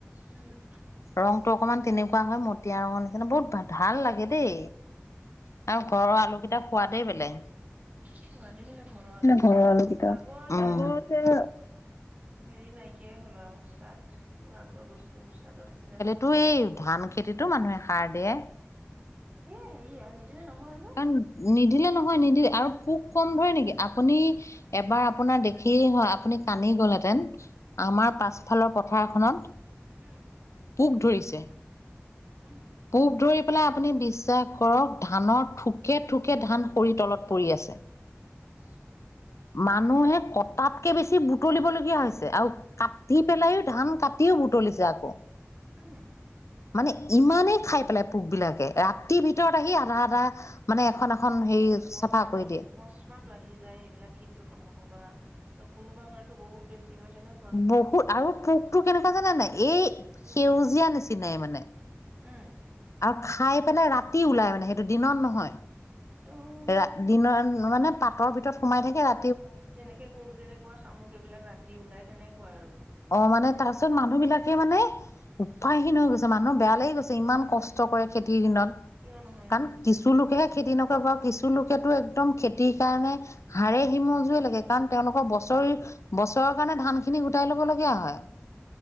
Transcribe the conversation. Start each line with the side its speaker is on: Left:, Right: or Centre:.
Right: উম
Left: ৰঙ টো অকণমান তেনেকোৱা হয় মতিয়া ৰঙৰ নিচিনা বহুত ভাল লাগে দেই আৰু ঘৰৰ আলুকেইটাৰ সোৱাদেই বেলেগ
Right: সোৱাদে বেলেগ ঘৰৰ আলুকেইটাৰ
Left: ঘৰৰ আলুকেইটা
Right: আগৰ
Left: আগতে
Right: যে হেৰি নাইকিয়াই হ'ল আৰু চাৰ্ট মোৰ আগৰ বস্তুবোৰ চাৰ্টৰ নিচিনা
Left: তো এই ধান খেতিতো মানুহে সাৰ দিয়ে।
Right: দিয়ে হেৰি আও নিদিলে নহয় যে।
Left: উম নিদিলে নহয় নিদিলে আৰু পোক কম ধৰে নেকি আপুনি এবাৰ আপোনাৰ দেখি আপুনি কান্দি গ'লহেতেন আমাৰ পাছফালৰ পথাৰখনত
Right: উম।
Left: পোক ধৰিছে
Right: উম।
Left: পোক ধৰি পেলাই আপুনি বিশ্বাস কৰক, ধানৰ থোকে থোকে ধান সৰি তলত পৰি আছে। <inaudible>
Right: ইছ ৰাম
Left: মানুহে কটাতকে বেছি বুটলিবলগীয়া হৈছে আও কাটি পেলাইও ধান কাটিও বুটলিছে আকৌ।
Right: উম।
Left: মানে ইমানেই খাই পেলাই পোক বিলাকে ৰাতিৰ ভিতৰত আহি আধা আধা মানে এখন এখন হেৰি
Right: অ অকস্মাত
Left: চাফা কৰি দিয়ে
Right: অকস্মাত বাঢ়ি যায় এইবিলাক কীট পতংগবোৰ বা কোনোবা বাৰ তো বহুত বেছি হয় তেনে
Left: বহুত আৰু পোকটো কেনেকোৱা জানে নাই এই
Right: তেনেকুৱা।
Left: সেউজীয়া নিচিনাই মানে।
Right: উম।
Left: আৰু খাই পেলাই ৰাতি ওলাই মানে সেইটো দিনত নহয়
Right: ত'
Left: ৰা দিনত মানে পাতৰ ভিতৰত সোমাই থাকে ৰা
Right: যেনেকে কোমজেলেকুৱা, শামুক এইবিলাক ৰাতি ওলাই তেনেকোৱা আৰু।
Left: অ' মানে তাৰ পিছত মানুহ বিলাকে মানে উপায়হীন হৈ গৈছে মানুহৰ বেয়া লাগি গৈছে ইমান কষ্ট কৰে খেতিৰ দিনত।
Right: কিয় নহয়নো?
Left: কাৰণ কিছু লোকেহে খেতি নকৰে বাৰু কিছু লোকেতো একদম খেতিৰ কাৰণে হাড়ে সিমজুৱে লাগে কাৰণ তেওঁলোকৰ বছৰি বছৰৰ কাৰণে ধান খিনি গোটাই লৈ কিয় হয়